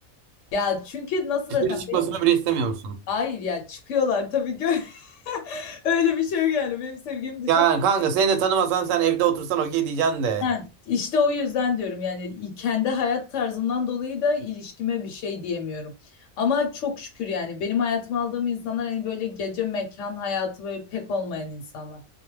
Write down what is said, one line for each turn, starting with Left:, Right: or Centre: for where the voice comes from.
Left: Ya çünkü nasıl
Right: Dışarı
Left: desem
Right: çıkmasını bile istemiyor musun?
Left: Hayır ya çıkıyorlar tabii ki. <laughs> Öyle bir şey yok yani. Benim sevgilim dışarı...
Right: Yani kanka seni de tanımasam sen evde otursan okey diyeceksin de.
Left: Ha, işte o yüzden diyorum yani kendi hayat tarzımdan dolayı da ilişkime bir şey diyemiyorum. Ama çok şükür yani benim hayatıma aldığım insanlar hani böyle gece mekan hayatı böyle pek olmayan insanlar.